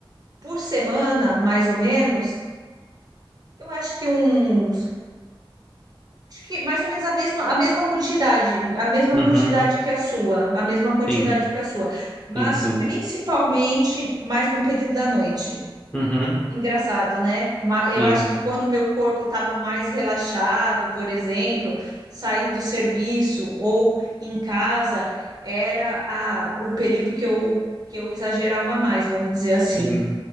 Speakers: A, on the right (about 45°); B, on the left (about 15°).
A: por semana, mais ou menos, eu acho que um, acho que mais ou menos a mesma, a mesma quantidade, a mesma
B: uhum,
A: quantidade que a sua, a mesma quantidade
B: sim,
A: que a sua, mas
B: sim, sim,
A: principalmente mais no período da noite.
B: uhum,
A: Engraçado, né? Ma-
B: sim,
A: Eu acho que quando o meu corpo estava mais relaxado, por exemplo, sair do serviço ou em casa, era a- o período que eu, que eu exagerava mais, vamos dizer assim.
B: sim.